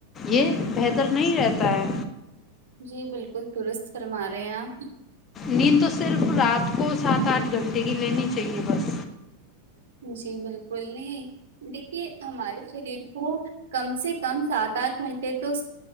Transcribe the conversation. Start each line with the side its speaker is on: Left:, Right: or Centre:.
Left: یہ بہتر نہیں رہتا ہے
Right: جی بالکل درست فرما رہے ہیں آپ
Left: نیند تو صرف رات کو سات آٹھ گھنٹے کی لینی چاہیے بس
Right: جی بالکل نہیں دیکھیے ہمارے شریر کو کم سے کم سات آٹھ گھنٹے تو